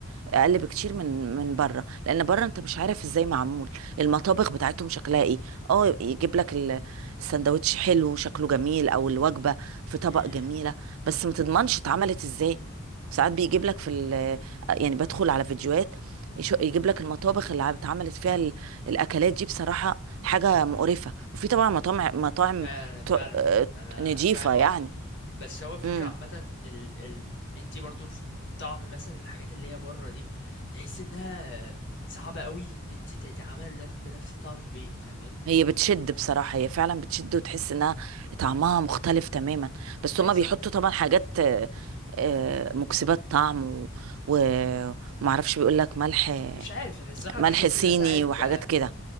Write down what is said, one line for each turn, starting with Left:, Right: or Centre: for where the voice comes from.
Right: أقل بكتير من من بره لأن بره أنت مش عارف إزاي معمول المطابخ بتاعتهم شكلها إيه أه يجيب لك ال- السندوتش حلو شكله جميل أو الوجبة في طبق
Left: مم.
Right: جميلة بس ما تضمنش اتعملت إزاي ساعات بيجيب لك في ال يعني بدخل على فيديوهات يش- يجيب لك المطابخ اللي اتعملت فيها ال- الأكلات دي بصراحة حاجة مقرفة وفي طبعا مطاعم مطاعم
Left: فعلا فعلا
Right: ت- آه،
Left: انا
Right: نضيفة
Left: فاهم
Right: يعني
Left: قصدك بس هو الفكره
Right: امم.
Left: عامه ال... ال... انتي برضه في طعم مثلا الحاجات اللي هي بره دي تحس انها صعبة قوي ان انت تتعامل نف- بنفس الطعم في البيت فاهماني
Right: هي بتشد بصراحة هي فعلا بتشد وتحس انها طعمها مختلف تماما بس
Left: بالظبط
Right: هما بيحطوا طبعا حاجات آه، آه، مكسبات طعم و- و- ومعرفش بيقول لك ملح
Left: مش عارف يعني الصراحة
Right: ملح
Left: بحس
Right: صيني
Left: ان انا ساعات
Right: وحاجات
Left: ب...
Right: كده